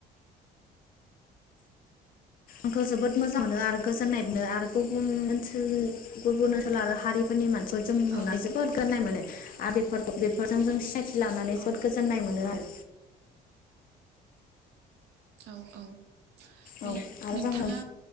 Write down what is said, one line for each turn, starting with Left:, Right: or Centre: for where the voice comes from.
Left: आंथ जोबोद मोजां मोनो आरो गोजोननाय मोनो आरो गुबुन ओनसोल गुबुन ओनसोल आरो हारिफोरनि मान सै जों
Right: औ
Left: नुना जोबोद गाननाय मोनो आरो बेफोरखौ बेफोरजों जों सिनाय थि लानानै
Right: औ
Left: जोबोद गोजोननाय मोनो आरो
Right: औ औ ओमफाय
Left: औ आरो
Right: नोंथाङा
Left: जोङो